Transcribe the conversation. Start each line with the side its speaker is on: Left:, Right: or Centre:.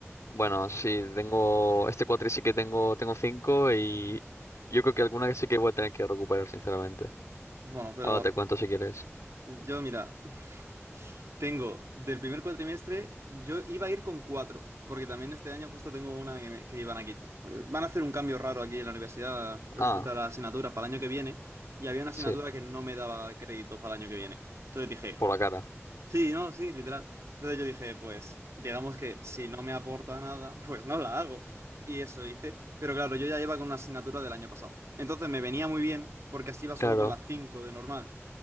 Left: Bueno, sí, tengo... Este cuatri sí que tengo, tengo cinco y yo creo que alguna sí que voy a tener que recuperar, sinceramente.
Right: Bueno, pero
Left: Ahora te cuento si quieres.
Right: yo, mira, <laughs> tengo del primer cuatrimestre, yo iba a ir con cuatro, porque también este año justo tengo una que, me- que iban aquí. Eh, Van a hacer un cambio raro aquí en la universidad eh,
Left: Ah,
Right: respecto a las asignaturas para el año que viene, y había una asignatura
Left: sí,
Right: que no me daba créditos para el año que viene. Entonces dije,
Left: por la cara.
Right: Sí, no, sí, literal. Entonces yo dije, pues, digamos que si no me aporta nada, <laughs> pues no la hago. Y eso hice. Pero claro, yo ya iba con una asignatura del año pasado. Entonces me venía muy bien, porque así iba solo
Left: Claro.
Right: con las 5 de normal.